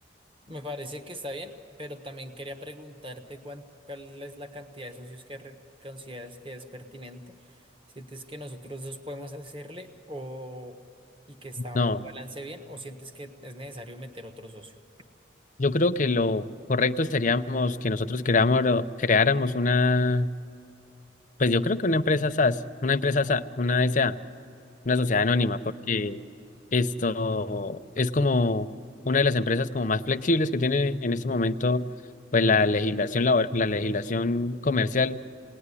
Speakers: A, on the right; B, on the left.
A: Me parece que está bien, pero también quería preguntarte cuán- cuál es la cantidad de socios que re- consideras que es pertinente. ¿Sientes que nosotros dos podemos hacerle o y que estaba
B: No,
A: en un balance bien o sientes que es necesario meter otro socio?
B: yo creo que lo correcto seríamos que nosotros creáramos, creáramos una, pues yo creo que una empresa SaaS, una empresa SaaS una S A una sociedad
A: Ah, ok.
B: anónima, porque esto es como una de las empresas como más flexibles que tiene en este momento, pues la legislación labor- la legislación comercial